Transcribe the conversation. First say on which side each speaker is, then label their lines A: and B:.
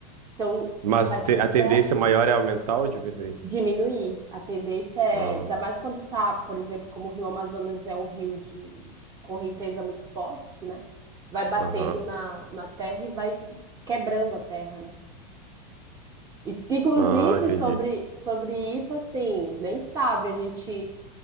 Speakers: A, on the right; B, on the right.
A: Então,
B: Mas
A: a notícia
B: te- a tendência
A: é assim.
B: maior é aumentar ou diminuir?
A: Diminuir. A tendência é,
B: Ah,
A: ainda mais quando tá, por exemplo, como o Rio Amazonas é um rio de correnteza muito forte, né? Vai batendo
B: aham.
A: na, na terra e vai quebrando a terra, né? E- Inclusive,
B: Ah, entendi.
A: sobre, sobre isso, assim, nem sabe, a gente...